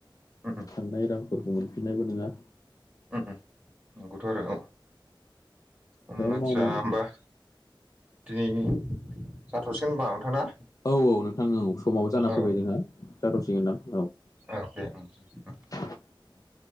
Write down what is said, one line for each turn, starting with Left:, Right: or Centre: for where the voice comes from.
Right: उम
Left: थांनाय रांफोरखौ मोनफिननायबो नङा
Right: हम हम नंगौथोआरो औ उमआस्सा
Left: दा मावनांगौ
Right: होमबा दिनै जाथ'सिगोन होनबा नोंथां ना
Left: औ औ नोंथां औ समाव जाना
Right: औ
Left: फैबाय जोंहा जाथ'सिगोनदां औ
Right: औ दे उम उम
Left: <unintelligible>